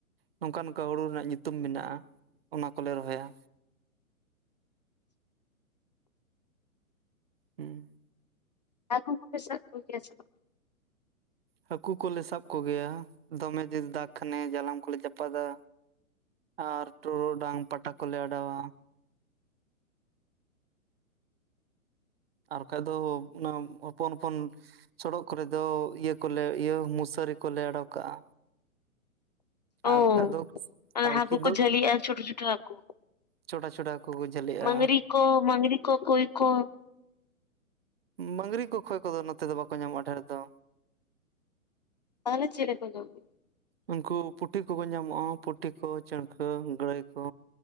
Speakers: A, on the right (about 45°); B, on the left (about 30°).
A: ᱱᱚᱝᱠᱟᱼᱱᱚᱝᱠᱟ ᱦᱩᱲᱩ ᱨᱮᱱᱟᱜ ᱧᱩᱛᱩᱢ ᱢᱮᱱᱟᱜᱼᱟ ᱚᱱᱟ ᱠᱚᱞᱮ ᱨᱚᱦᱚᱭᱟ᱾ ᱦᱮᱸᱻ
B: ᱠᱟᱴᱠᱚᱢ ᱠᱚᱯᱮ ᱥᱟᱵ ᱠᱚᱜᱮᱭᱟ ᱥᱮ ᱵᱟᱝ?
A: ᱦᱟᱹᱠᱩ ᱠᱚᱞᱮ ᱥᱟᱵ ᱠᱚᱜᱮᱭᱟ ᱫᱚᱢᱮ ᱡᱩᱨᱮ ᱫᱟᱜᱽ ᱠᱷᱟᱱᱮ ᱡᱟᱞᱟᱢ ᱠᱚᱞᱮ ᱪᱟᱯᱟᱫᱟ ᱟᱨ ᱴᱚᱨᱚᱰᱟᱝ ᱯᱟᱴᱟ ᱠᱚᱞᱮ ᱚᱰᱟᱣᱟ᱾ ᱟᱨ ᱵᱟᱠᱟᱱᱡ ᱫᱚ ᱚᱱᱟ ᱦᱚᱯᱚᱱ ᱦᱚᱯᱚᱱ ᱥᱚᱰᱚᱜ ᱠᱚᱨᱮ ᱫᱚ ᱤᱭᱟᱹ ᱠᱚᱞᱮ ᱤᱭᱟᱹ ᱢᱚᱥᱟᱨᱤ ᱠᱚᱞᱮ ᱟᱰᱚᱠ ᱠᱟᱜᱼᱟ᱾ ᱟᱨ
B: ᱚ
A: ᱵᱟᱠᱟᱱᱡ ᱫᱚ
B: ᱟᱨ
A: ᱟᱨᱠᱟ.
B: ᱦᱟᱹᱠᱩ
A: ᱫᱚ
B: ᱠᱚ ᱡᱷᱟᱹᱞᱤᱜᱼᱟ ᱪᱷᱳᱴᱳ ᱪᱷᱳᱴᱳ ᱦᱟᱹᱠᱩ
A: ᱪᱷᱚᱴᱟᱼᱪᱷᱚᱴᱟ ᱠᱚ ᱡᱷᱟᱹᱞᱤᱜ-ᱟ᱾
B: ᱰᱟᱝᱨᱤ ᱠᱚ ᱢᱟᱝᱨᱤ ᱠᱚ ᱠᱩᱭ ᱠᱚ
A: ᱢᱟᱹᱝᱨᱤ ᱠᱚ ᱠᱷᱚᱭ ᱠᱚᱫᱚ ᱱᱚᱛᱮ ᱫᱚ ᱵᱟᱠᱚ ᱧᱟᱢᱚᱜᱼᱟ ᱰᱷᱮᱨ ᱫᱚ,
B: ᱛᱟᱦᱞᱮ ᱪᱮᱞᱮ ᱠᱚ ᱡᱚᱢ <inaudible>
A: ᱩᱱᱠᱩ ᱯᱩᱴᱷᱤ ᱠᱚᱠᱚ ᱧᱟᱢᱚᱜᱼᱟ ᱯᱩᱴᱷᱤ ᱠᱚ, ᱪᱟᱺᱲᱠᱟᱹ, ᱜᱟᱹᱲᱟᱹᱭ ᱠᱚ᱾